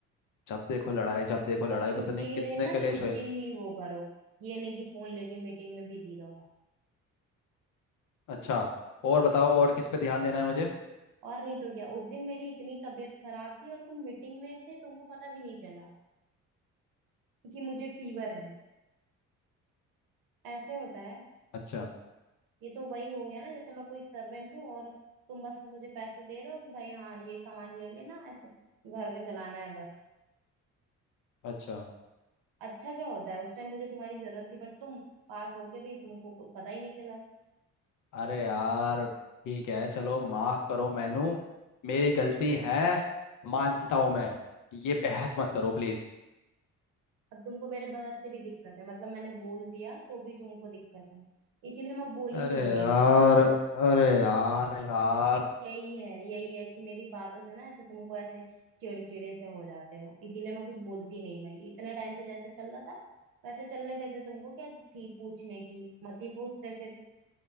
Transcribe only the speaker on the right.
और छुट्टी
के दिन ना
छुट्टी
ही वो करो ये नहीं कि फोन लेके मीटिंग में बिजी रहो
और नहीं तो क्या उस दिन मेरी इतनी तबीयत खराब थी और तुम मीटिंग में थे तुमको पता भी नहीं चला कि मुझे फीवर है ऐसे होता है
ये तो वही हो गया ना जैसे मैं कोई सर्वेंट हूँ और तुम बस मुझे पैसे दे रहे हो कि भाई हाँ ये सामान ले लेना ऐसे घर का चलाना है बस
अच्छा क्या होता है उस टाइम मुझे तुम्हारी जरूरत थी बट तुम पास हो के भी तुमको कोई पता ही नहीं चला
अब तुमको मेरे बहस से भी दिक्कत है मतलब मैंने बोल दिया तो भी तुमको दिक्कत है इसीलिए मैं बोल ही
नहीं
रही थी
यही है यही है कि मेरी बातों से ना ऐसे तुमको ऐसे चिड़चिड़े से हो जाते हो इसीलिए मैं कुछ बोलती नहीं भाई इतने टाइम से जैसे चल रहा था वैसे चलने देते तुमको क्या थी पूछने की मत ही पूछते फिर